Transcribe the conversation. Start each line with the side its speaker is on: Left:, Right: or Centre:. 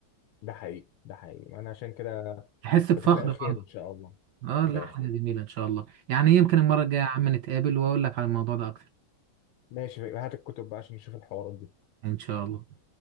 Left: ده حقيقي ده حقيقي أنا عشان كده
Right: تحس بفخر
Left: بتفائل خير
Right: برضه
Left: إن شاء الله
Right: اه
Left: بتفائل
Right: لا حاجة
Left: خير
Right: جميلة إن شاء الله يعني يمكن المرة الجاية يا عم نتقابل وأقول لك على الموضوع ده أكتر
Left: ماشي هات الكتب بقى عشان نشوف الحوارات دي
Right: إن شاء الله